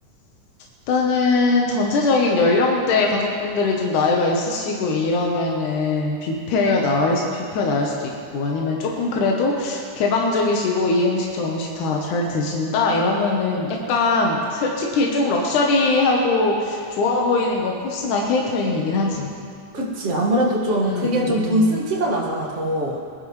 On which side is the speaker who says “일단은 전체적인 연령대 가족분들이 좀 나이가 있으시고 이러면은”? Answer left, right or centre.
Left